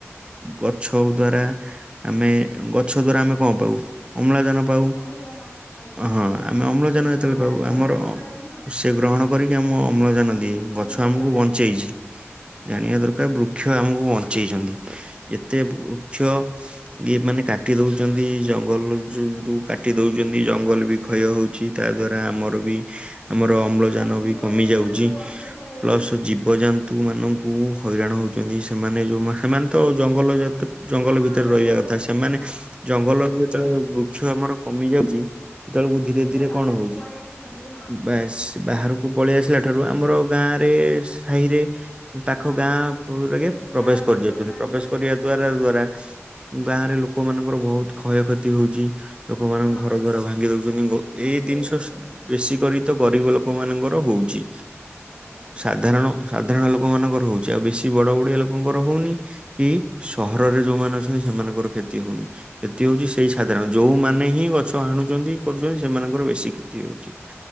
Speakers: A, on the right; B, on the left.
A: ଗଛ ଦ୍ଵାରା ଆମେ ଗଛ ଦ୍ଵାରା ଆମେ କଣ ପାଉ ଅମ୍ଳଜାନ। ପାଉ
B: ଅମ୍ଳଜାନ ଆଜ୍ଞା
A: ହଁ ଆମେ ଅମ୍ଳଜାନ
B: ସେ
A: ଯେତଳେ
B: ଅଙ୍ଗାରକାମ୍ଳ
A: ପାଉ ଆମର
B: ଗ୍ରହଣ କରି ହଁ
A: ସେ ଗ୍ରହଣ କରିକି ଆମ ଅମ୍ଳଜାନ ଦିଏ
B: ଅମ୍ଳଜାନ
A: ଗଛ ଆମକୁ
B: ପ୍ରଦାନ
A: ବଞ୍ଚେଇଛି
B: କରେ
A: ଜାଣିବା
B: ଆଜ୍ଞା
A: ଦରକାର ବୃ ବୃକ୍ଷ ଆମକୁ ବଞ୍ଚେଇଚନ୍ତି ଏତେ ବୃକ୍ଷ ଇଏ ମାନେ କାଟି ଦେଉଚନ୍ତି ଜଙ୍ଗଲୁ କାଟି ଦେଉଚନ୍ତି ଜଙ୍ଗଲ ବି କ୍ଷୟ ହେଉଚି। ତା ଦ୍ଵାରା ଆମର ବି ଆମର ଅମ୍ଳଜାନ
B: ପଶୁ
A: ବି
B: ଜୀବଜନ୍ତୁ
A: କମି ଯାଉଚି
B: ମାନଙ୍କୁ ଅସୁବିଧା ହେଉଛି
A: ପ୍ଲସ ଜୀବଜନ୍ତୁ ମାନଙ୍କୁ ହଇରାଣ ହେଉଚନ୍ତି ସେମାନେ ଯେଉଁ ସେମାନେ ତ ଜଙ୍ଗଲ ଯେ ଜଙ୍ଗଲ
B: ହଁ
A: ଭିତରେ
B: ଜଙ୍ଗଲରୁ
A: ରହିବା କଥା ସେମାନେ
B: ହଁ
A: ଜଙ୍ଗଲ ଯେତେବେଳେ ବୃକ୍ଷ ଆମର କମି ଯାଉଚି ସେତେବେଳକୁ ଧୀରେ
B: ସିଏ
A: ଧୀରେ
B: ତ ବାହାରକୁ
A: କଣ ହଉଚି
B: ପଳେଇ ଆସୁଛନ୍ତି ହଁ
A: ବାସ୍ ବାହାରକୁ ପଳେଇ ଆସିଲା ଠାରୁ ଆମର ଗାଁରେ ସାହିରେ ପାଖ
B: ହଁ।
A: ଗାଁରେ
B: ଯେହେତୁ ଚାଳ
A: ପ୍ରବେଶ
B: ଘର
A: କରି ଯାଉଚନ୍ତି
B: ଲୋକମାନଙ୍କର
A: ପ୍ରବେଶ
B: ବି
A: କରିବା
B: ଅଛି
A: ଦ୍ଵାରା ଦ୍ଵାରା ଗାଁ ରେ ଲୋକମାନଙ୍କର ବୋହୁତ୍ କ୍ଷୟ କ୍ଷତି ହଉଚି। ଲୋକମାନଙ୍କ
B: ହଁ
A: ଘର ଦ୍ଵାରା ଭାଙ୍ଗି ଦଉଚନ୍ତି <unintelligible>
B: ଭାଙ୍ଗି
A: ଏଇ
B: ଦଉଛନ୍ତି
A: ଦିନିଷ ବେଶୀ କରି ତ ଗରିବ ଲୋକ ମାନଙ୍କର ହଉଚି
B: ଆଜ୍ଞା।
A: ସାଧାରଣ ସାଧାରଣ ଲୋକମାନଙ୍କର ହଉଚି ଆଉ ବେଶୀ ବଡ଼ ବଡ଼ିଆ ଲୋକଙ୍କର ହଉନି। କି ସହରରେ ଯୋଉମାନେ ଅଛନ୍ତି ସେମାନଙ୍କର କ୍ଷତି ହଉନି। କ୍ଷତି ହଉଚି ସେଇ ସାଧାରଣ ଯୋଉମାନେ ହିଁ ଗଛ ହାଣୁଚନ୍ତି କରୁଛନ୍ତି ସେମାନଙ୍କର ବେଶୀ କ୍ଷତି ହଉଚି।